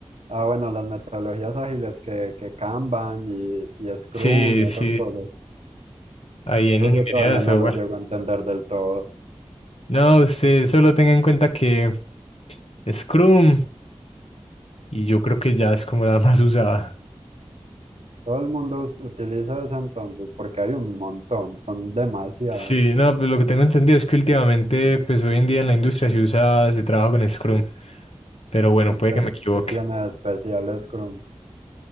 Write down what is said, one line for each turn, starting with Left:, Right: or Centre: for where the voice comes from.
Right: ah, bueno, las metodologías ágiles que, que Kanban y, y Scrum
Left: Sí,
Right: y
Left: sí,
Right: esas cosas.
Left: ahí en
Right: Eso
Left: ingeniería
Right: yo todavía
Left: de software.
Right: no lo llego a entender del todo.
Left: No, usted solo tenga en cuenta que Scrum, y yo creo que ya es como la <laughs> más usada.
Right: Todo el mundo utiliza esa entonces porque hay un montón, son demasiadas.
Left: Sí, no, pues lo que tengo entendido es que últimamente, pues hoy en día en la industria se usa, se trabaja con Scrum, pero bueno,
Right: ¿Y
Left: puede
Right: qué,
Left: que me equivoque.
Right: qué tiene de especial Scrum?